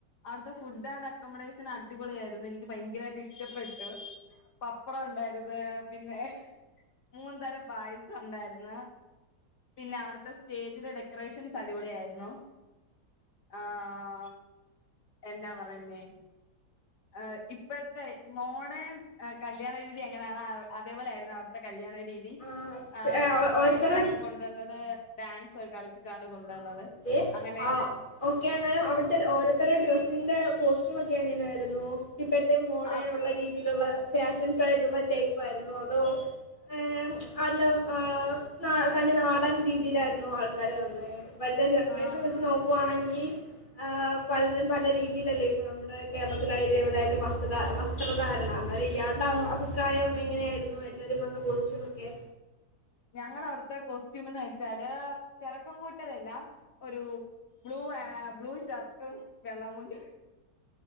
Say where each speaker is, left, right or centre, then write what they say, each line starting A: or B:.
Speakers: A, on the left; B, on the left.
A: അവ്ടുത്തെ ഫുഡ് ആൻഡ് അക്കോമഡേഷൻ അടിപൊളി ആയിരുന്നു എനി ക്ക് ഭയങ്കരായിട്ട് ഇഷ്ടപ്പെട്ടു പപ്പടം ഉണ്ടായിരുന്നു പിന്നെ മൂന്ന് തരം പായസം ഒണ്ടാര്ന്ന് പിന്നെ അവ്ടുത്തെ സ്റ്റേജിലെ ഡെക്കറേഷൻസ് അടിപൊളി ആയിരുന്നു ആഹ് എന്നാ പറയുന്നേ ആഹ് ഇപ്പൊഴത്തെ മോഡേൺ ഏഹ് കല്യാണ രീതി എങ്ങനാണ് അ അതേ പോലെ ആയിരുന്നു അവ്ട് ത്തെ കല്യാണ രീതി
B: ആഹ്
A: ഏഹ് ബ്രൈഡിനേക്ക
B: ഓരോരുത്തരുടെ
A: കൊണ്ടുവന്നത് ഡാൻസ് ഒക്കെ കളിച്ചി ട്ടാണ് കൊണ്ടു
B: ആ
A: വന്നത്
B: ഓക്കെ
A: അങ്ങനെ
B: ആ ഓക്കെ അന്നേരം അവ്ടുത്തെ ഓരോര്ത്തരെ ഡ്രെസ്സിന്റെ കോസ്റ്റ്യൂം ഒക്കെ എങ്ങനെ ആയിരുന്നു ഇപ്പൊഴത്തെ മോഡേൺ
A: ആ
B: ഒള്ള രീതിയിലുള്ള ഫാഷൻസ് ആയിട്ടുള്ള ടൈപ്പ് ആയിരുന്നൊ അതോ ഏഹ് അല്ല ആഹ് നാ തനി നാടാൻ രീതിയിലായിരുന്നോ ആൾക്കാര് വന്നേ ഇപ്പഴ്‌ത്തെ ജനറേഷൻ
A: ആ
B: വെച്ച് നോ ക്കുവാണെങ്കി ആഹ് പലരും പല രീതിയിലല്ലേ ഇപ്പ നമ്മുടെ കേരളത്തിലായാലും എവ്ടെ ആയാലും വസ് <unintelligible> വസ്ത്രധാരണ അന്നേരം ഇയാളുടെ അഭിപ്രായം എങ്ങനെയായിരുന്നു എല്ലരും വന്ന കോസ്റ്റ്യൂമൊക്കെ
A: ഞങ്ങടെ അവ്ടുത്തെ കോസ്റ്റ്യൂമെന്ന് വെച്ചാല് ചെറുക്കൻ കൂട്ടരെല്ലാം ഒരു ബ്ലൂ ഏഹ് ബ്ലൂ ഷർട്ടും വെള്ളമുണ്ടും